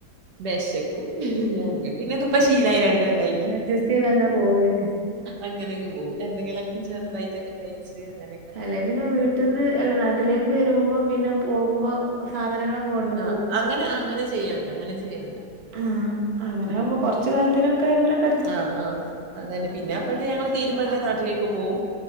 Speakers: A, on the right; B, on the right.
A: വെശക്കും <unintelligible> ഞങ്ങൾക്ക്ന്നെ ഇതിപ്പ ശീലയി രണ്ട് കൊല്ലായില്ലേ
B: അഡ്ജസ്റ്റ് ചെയ്തങ്ങനെ പോവൂലേ?
A: അങ്ങനെങ്ങ് പോകും എന്തെങ്കിലൊക്കെ
B: ഉം
A: ചെറുതായിട്ടൊക്കെ കഴിച്ച് അങ്ങനൊക്കെ
B: അല്ലെ പിന്നെ വീട്ടിൽന്ന് അല്ലെ നാട്ടിലേക്ക് വരുമ്പോ പിന്നെ പോകുമ്പോ സാധനങ്ങളൊക്കെ കൊണ്ടു
A: ആഹ് അങ്ങനെ അങ്ങനെ ചെയ്യ അങ്ങനെ ചെയ്യലുണ്ട്
B: ആഹ് അങ്ങനെ
A: ഉം
B: ആവുമ്പൊ കൊറച്ച് കാലത്തിനൊക്കെ അയ്മ്മലൊക്കെ
A: ആഹ് ആഹ് അതന്നെ പിന്നെ അപ്പഴത്തെ ഞങ്ങള് തീരുമ്പഴത്തെ നാട്ടിലേക്ക് പോവും